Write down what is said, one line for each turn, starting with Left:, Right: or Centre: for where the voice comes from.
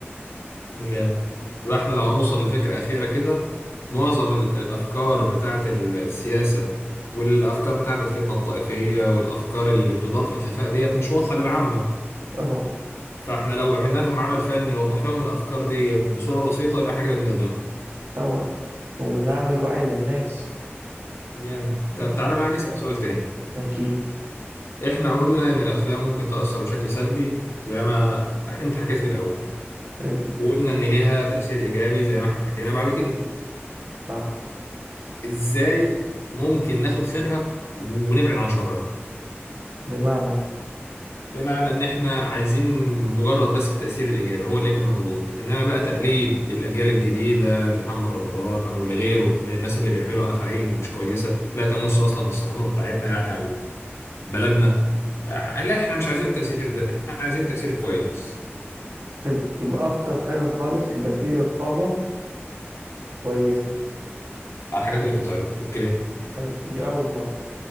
Left: جامد يبقى احنا لو هنوصل لفكرة أخيرة كده معظم ال- الأفكار بتاعة ال- السياسة والأفكار بتاعة الفتنة الطائفية والأفكار اللي بتدار في الخفاء ديت مش واضحة للعامة
Right: طبعا
Left: فاحنا لو عملنا لهم عمل فني يوضح لهم الأفكار ديت بصورة بسيطة يبقى احنا كده بنخدمهم
Right: طبعا وبنعمل وعي للناس
Left: جامد
Right: لا
Left: طب تعالى بقى نسأل سؤال تاني
Right: أكيد
Left: احنا قلنا إن الأفلام ممكن تأثر بشكل سلبي زي ما انت حكيت في الأول
Right: حلو
Left: وقلنا إن ليها تأثير إيجابي زي ما احنا حكينا بعد كده
Right: صح
Left: إزاي ممكن ناخد خيرها ونبعد عن شرها
Right: بمعنى
Left: بمعنى ان احنا عايزين مجرد بس التأثير الايجابي هو اللي يبقى موجود انما بقى تقليد الاجيال الجديدة لمحمد رمضان او لغيره من الناس اللي بيعملوا افاعيل مش كويسة لا تمس اصلا للثقافة بتاعتنا يعني او بلدنا آه، لا احنا مش عايزين التأثير ده احنا عايزين التأثير الكويس
Right: حلو يبقى أبسط حاجة خالص يبقى فيه رقابة كويسة
Left: على الحاجات اللي بتتعرض اوكي
Right: حلو دي أول خطوة